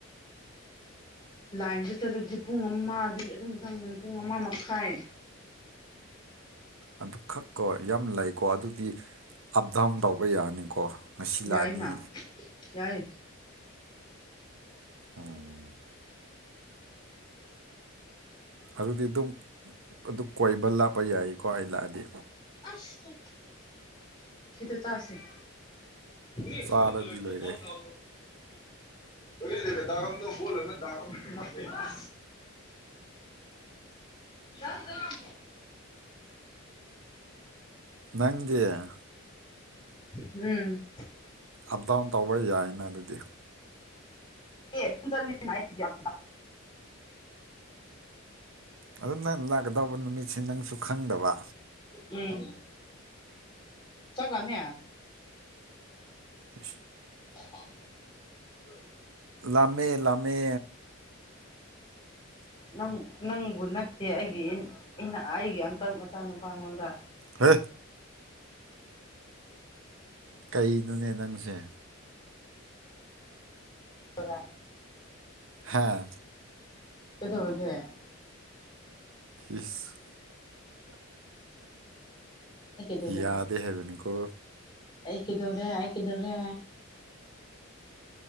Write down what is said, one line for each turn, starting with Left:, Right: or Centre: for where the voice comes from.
Left: ꯂꯥꯏꯟꯗ ꯆꯠꯂꯨꯗꯤ ꯄꯨꯡ ꯑꯃꯗꯤ ꯑꯗꯨꯝ ꯆꯪꯕꯅꯤ ꯄꯨꯡ ꯑꯃ ꯃꯈꯥꯏ
Right: ꯑꯗꯨ ꯈꯛꯀꯣ ꯌꯥꯝ ꯂꯩꯀꯣ ꯑꯗꯨꯗꯤ ꯑꯞ ꯗꯥꯎꯟ ꯇꯧꯕ ꯌꯥꯅꯤꯀꯣ ꯉꯁꯤ ꯂꯥꯛꯑꯅꯤ
Left: ꯌꯥꯏꯅ ꯌꯥꯏ
Right: ꯎꯝ ꯑꯗꯨꯗꯤ ꯑꯗꯨꯝ ꯑꯗꯨ ꯀꯣꯏꯕ ꯂꯥꯞꯄ ꯃꯇꯝꯗ ꯋꯅꯤꯗ ꫪ ꯌꯥꯏꯀꯣ ꯑꯩ ꯂꯥꯛꯑꯗꯤ
Left: ꯑꯁ ꯁꯤꯗ ꯆꯁꯤꯠ ꯦ
Right: ꯆꯥꯔꯗꯤ
Left: ꯐꯣꯟ
Right: ꯂꯣꯏꯔꯦ
Left: ꯊ ꯔꯤ ꯂꯩꯦꯇ ꯗꯔꯝꯗ ꯐꯣꯜ ꯍꯥ ꯗꯁ ꯔꯝ
Right: ꯅꯒ
Left: ꯎꯝ
Right: ꯑꯞ ꯗꯥꯎꯟ ꯇꯧꯕ ꯌꯥꯏꯅ ꯑꯗꯨꯗꯤ
Left: ꯑꯦ ꯑꯗꯨ ꯆ
Right: ꯑꯗꯨ ꯅꯪ ꯂꯥꯛꯀꯗꯧꯕ ꯅꯨꯃꯤꯠꯁꯤ ꯅꯪꯁꯨ ꯈꯪꯗꯕ
Left: ꯎꯝ ꯆꯒ ꯃꯌꯥ
Right: ꯑ
Left: <inaudible>
Right: ꯂꯥꯝꯃꯦ ꯂꯥꯝꯃꯦ
Left: ꯅꯪ ꯅꯪꯕꯨ ꯅꯠꯇꯦ ꯑꯩꯒꯤ ꯑꯩꯅ ꯑꯩꯒꯤ ꯑꯪꯀꯜ ꯃꯆꯥ ꯅꯨꯨꯄꯥꯉꯣꯟꯗ
Right: ꯍ ꯀꯩꯅꯣꯅꯦ ꯅꯪꯁꯦ
Left: ꯇꯒꯥ
Right: ꯍꯥꯥ
Left: ꯗꯧꯔꯒꯦ
Right: ꯏꯁ
Left: ꯀꯩꯗꯧꯔꯒꯦ
Right: ꯌꯥꯗꯦ ꯍꯥꯏꯕꯅꯤꯀꯣ
Left: ꯑꯩ ꯀꯗꯧꯔꯦ ꯑꯩ ꯀꯗꯧꯔꯦ